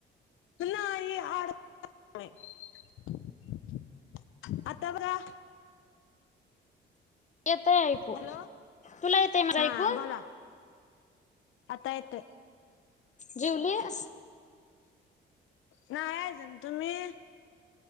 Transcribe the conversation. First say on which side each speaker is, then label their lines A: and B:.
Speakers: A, on the left; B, on the left.
A: नाही आ <unintelligible> आता बघा?
B: येतय ऐकू.
A: हॅलो
B: तुला येतय माझ
A: हा
B: ऐकू?
A: बोला आता येतय.
B: जेवलीयस
A: नाही आजून, तुम्ही?